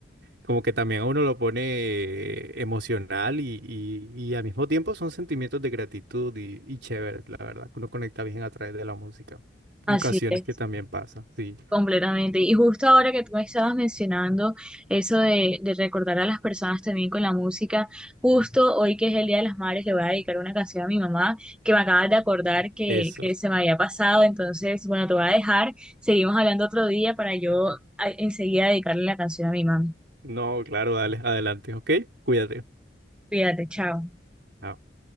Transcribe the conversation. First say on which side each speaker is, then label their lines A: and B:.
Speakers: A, on the right; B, in the centre.
A: como que también a uno lo pone eh, emocional y, y, y al mismo tiempo son sentimientos de gratitud y, y chévere, la verdad, que uno conecta bien a través de la música.
B: así
A: Ocasiones
B: es,
A: que también pasa, sí.
B: completamente. Y justo ahora que tú me estabas mencionando eso de, de recordar a las personas también con la música, justo hoy que es el Día de las Madres le voy a dedicar una canción a mi mamá que me acabas de acordar que,
A: Eso.
B: que se me había pasado, entonces, bueno, te voy a dejar, seguimos hablando otro día para yo a- enseguida dedicarle la canción a mi mami.
A: No, claro, dale, adelante, ¿ok? Cuídate.
B: Cuídate, chao.
A: Chao.